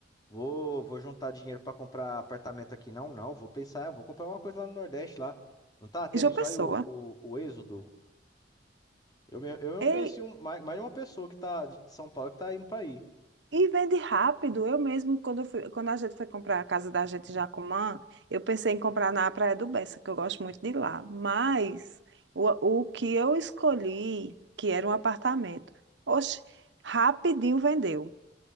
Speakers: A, on the left; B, on the right.
A: vou, vou juntar dinheiro pra comprar apartamento aqui. Não, não, vou pensar, vou comprar uma coisa lá no Nordeste lá. Não tá tendo
B: E João
A: isso
B: Pessoa.
A: aí o, o, o êxodo? Eu, mesmo- eu mesmo
B: Ei,
A: conheci um- mais, mais de uma pessoa que tá de São Paulo que tá indo pra aí.
B: E vende rápido. Eu mesmo, quando, eu fui- quando a gente foi comprar a casa da gente em Jacumã, eu pensei em comprar na Praia do Bessa, que eu gosto muito de lá. Mas o, o que eu escolhi, que era um apartamento, oxe, rapidinho vendeu.